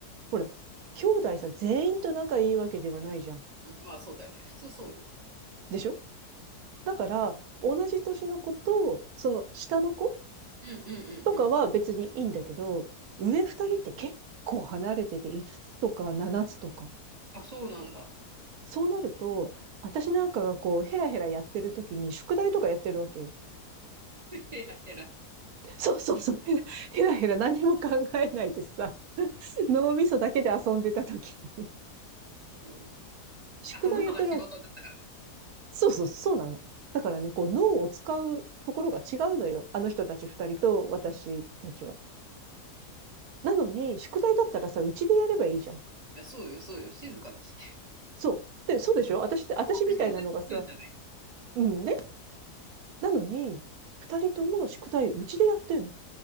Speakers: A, on the right; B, on the right.
A: ほら、兄弟さ、全員と仲いいわけではないじゃん。
B: うん。まあそうだよね。普通そうよ。
A: でしょだから、同じ年の子と、その下の子
B: うんうんう
A: とかは別にいいんだけど、
B: んうん。
A: 上二人って結構離れてて、5つつとか7つとか。
B: あ、そうなんだ。
A: そうなると、私なんかがこう、ヘラヘラやってる時に、宿題とかやってるわけよ。
B: <laughs> ヘらヘら。
A: <laughs> そうそうそう。ヘラヘラヘラ何も考えないでさ、脳みそだけで遊んでた時に、
B: そうね
A: 宿題やってるわ
B: 遊ぶのが仕事だったからね。
A: そうそう、そうなの。だからね、こう、脳を使うところが違うのよ。あの人たち二人と私たちは。なのに、宿題だったらさ、うちでやればいいじゃん。
B: いや、そうよ、そうよ。静かだし。
A: そう。で、そうでしょ私、私みたいなのがさ、
B: <laughs> うんじゃない
A: うんね。なのに、二人とも宿題うちでやってんの。